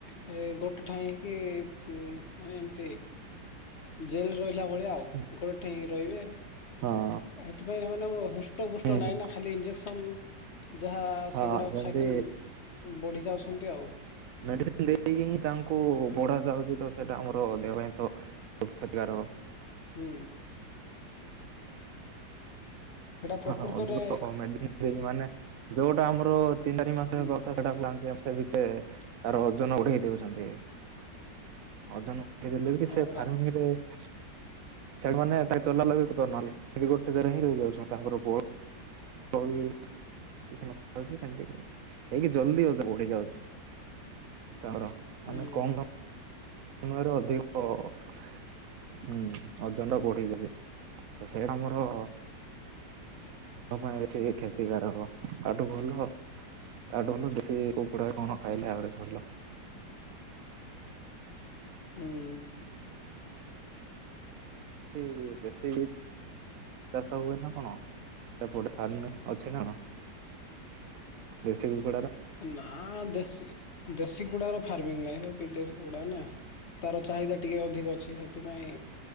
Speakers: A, on the left; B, on the right.
A: ସେ ଗୋଟେ ଠା ହେକି ମାନେ ଏମତି। ଜେଲ୍ ରେ ରହିଲା ଭଳିଆ ଆଉ
B: ହୁଁ
A: ଗୋଟେ ଠେଇଁ ରହିବେ।
B: ହଁ
A: ଏଥିପାଇଁ ସେମାନେ ହୃଷ୍ଟ ପୁଷ୍ଟ
B: ହୁଁ
A: ନାହିଁ ନା ଖାଲି ଇଞ୍ଜେକ୍ସନ୍ ଯାହା
B: ହଁ
A: ସେଗୁଡାକ
B: ସେମିତି
A: ଖାଇ ଖାଇ ବଢି ଯାଉଚନ୍ତି ଆଉ।
B: ମେଡ଼ିସିନ୍ ଦେଇକି ହିଁ ତାଙ୍କୁ ବଢା ଯାଉଚି ତ ସେଇଟା ଆମର ଦେହ ପାଇଁ ତ କ୍ଷତିକାରକ
A: ହୁଁ। ସେଇଟା ପ୍ରକୃତରେ
B: ଆ ଅଧିକ ମେ ସେମାନେ ଯଉଟା ଆମର ତିନି ଚାରି ମାସ
A: ହୁଁ
B: ହେବ କୁ ତାଙ୍କେ ସେଟା କୁ ତାଙ୍କେ ତାର ଓଜନ ବଢେଇ ଦଉଚନ୍ତି ଓଜନ ବଢେଇ ଦେଲେ
A: ହଁ
B: ସେ
A: ପରା
B: ଫାର୍ମିଂରେ ଚଲାବୁଲା ଖାଲି ଗୋଟେ ଜାଗା ରେ ହିଁ ରହିଯାଉଛନ୍ତି ତାଙ୍କର ବ <unintelligible> <unintelligible>
A: ହୁଁ
B: ହୁଁ ଓଜନ୍ ଟା ବଢେଇ ଦିଅନ୍ତି ତ ସେଇଟା ମୋର ତୋ ପାଇଁ ବେଶି ସେ କ୍ଷତିକାରକ ତା ଠୁ ଭଲ ତାଠୁ ଭଲ ଦେଶୀ କୁକୁଡା କଣ ଖାଇଲେ ଆହୁରି ଭଲ।
A: ହୁଁ।
B: ଇ ଦେଶି ଚାଷ ହୁଏ ନା କଣ ସେପଟେ ଫାର୍ମ ଅଛି ନା କଣ୍? ଦେଶି କୁକୁଡ଼ାର
A: ନା ଦେଶୀ -ଦେଶୀ କୁକୁଡାର ଫାର୍ମିଂ ନାହିଁ ହେରା ବିଦେଶୀ କୁକୁଡା ନା। ତାର ଚାହିଦା ଟିକେ ଅଧିକ ଅଛି ହେଥିପାଇଁ